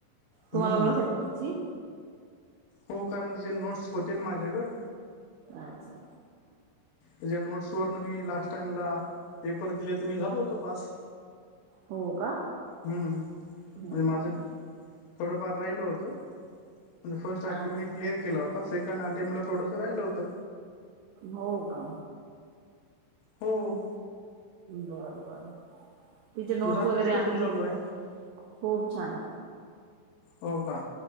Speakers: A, on the right; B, on the left.
A: तुम्हाला
B: हम्म
A: ओळख आहे का तिची,
B: हो कारण तिचे नोट्स होते माझ्याकडे.
A: अच्छा!
B: त्या नोट्स वरन मी लास्ट टाईमला पेपर दिले तर मी झालो होतो पास.
A: हो का
B: हम्म
A: हम्
B: म्हणजे माझं थोडंफार राहिल होतं म्हणजे फर्स्ट अटे
A: अच्छा
B: मी क्लिअर केला होता सेक नाट्यमला थोडस राहिलं होतं.
A: हो का.
B: हो
A: बर बर तिचे नोट्स
B: तुझा अभ्यास
A: वगैरे
B: कसा
A: आम्ही घेत
B: चालू आहे
A: खूप छान.
B: हो का